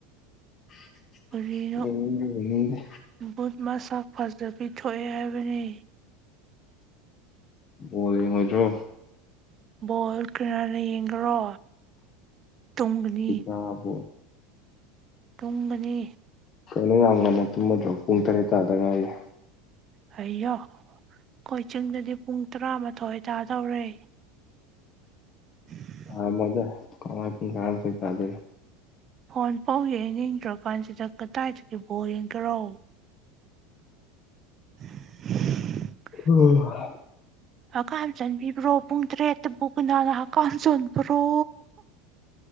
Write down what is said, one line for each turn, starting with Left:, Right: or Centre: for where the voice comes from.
Left: <inaudible>
Right: ꯀꯔꯤꯅꯣ
Left: ꯌꯦꯡꯅꯤꯡꯗꯦ ꯌꯦꯡꯅꯤꯡꯗꯦ
Right: ꯕꯨꯨꯠ ꯃꯁꯛ ꯐꯖꯕꯤ ꯊꯣꯛꯑꯦ ꯍꯥꯏꯕꯅꯤ
Left: ꯕꯣꯜ ꯌꯦꯡꯉꯣꯏꯗ꯭ꯔꯣ
Right: ꯕꯣꯜ ꯀꯅꯥꯅ ꯌꯦꯡꯒ꯭ꯔꯣ ꯇꯨꯝꯒꯅꯤ
Left: ꯅꯪꯅ ꯕꯣ
Right: ꯇꯨꯝꯕꯅꯤ
Left: ꯀꯩꯅꯣ ꯌꯥꯝ ꯉꯟꯅ ꯇꯨꯝꯃꯗ꯭ꯔꯣ ꯄꯨꯡ ꯇꯔꯦꯠ ꯇꯥꯗ ꯉꯥꯏꯌꯦ
Right: ꯍꯌꯣ ꯀꯣꯏ ꯆꯤꯡꯗꯗꯤ ꯄꯨꯡ ꯇꯔꯥꯃꯥꯊꯣꯏ ꯇꯥꯗꯧꯔꯦ <inaudible>
Left: ꯊꯥ ꯃꯗ ꯀꯃꯥꯏ ꯄꯨꯡ ꯇꯔꯥꯃꯊꯣꯢ ꯇꯗꯣꯢꯅꯣ
Right: ꯐꯣꯟ ꯄꯥꯎ ꯌꯦꯡꯅꯤꯡꯗ꯭ꯔꯀꯥꯟꯁꯤꯗ ꯀꯗꯥꯏꯗꯒꯤ ꯕꯣꯔ ꯌꯦꯡꯒꯦꯔꯣ <inaudible>
Left: <inaudible>
Right: ꯍꯛꯀꯥꯝ ꯆꯟꯕꯤꯕ꯭ꯔꯣ ꯄꯨꯡ ꯇꯔꯦꯠꯇꯕꯨꯒꯅꯥꯅ ꯍꯛꯀꯝ ꯆꯣꯟꯕ꯭ꯔꯣ